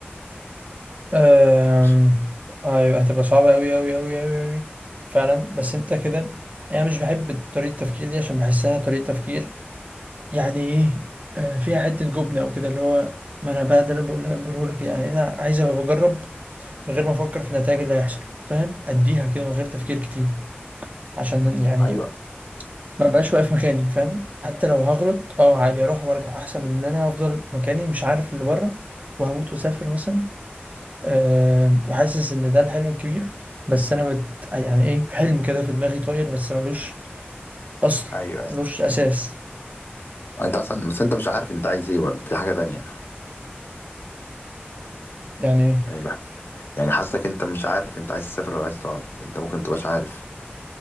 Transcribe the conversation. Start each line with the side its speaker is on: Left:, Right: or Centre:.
Right: أم...
Left: مش
Right: أيوة هتبقى صعبة أوي أوي أوي أوي أوي فعلا بس أنت كده أنا مش بحب طريقة التفكير دي عشان بحسها طريقة تفكير يعني إيه آه، فيها حتة جبنة أو كده اللي هو ما أنا بقى ده اللي بقول- بقوله لك يعني أنا عايز أبقى بجرب من غير ما أفكر في النتائج اللي هيحصل فاهم أديها كده من غير تفكير كتير عشان يعني
Left: ايوه
Right: ما بقاش واقف مكاني فاهم حتى لو هغلط أه عادي أروح وأرجع أحسن من إن أنا أفضل مكاني مش عارف اللي بره وهموت وأسافر مثلا أه وحاسس ان ده الحلم الكبير بس انا مت... يعني ايه في حلم كده في دماغي طاير بس ملوش اصل
Left: ايوه
Right: ملوش اساس
Left: انت اصلا بس انت مش عارف انت عايز ايه برضه دي حاجه تانية
Right: يعني ايه
Left: يعني بح... يعني حاسك انت مش عارف انت عايز تسافر ولا عايز تقعد انت ممكن متبقاش عارف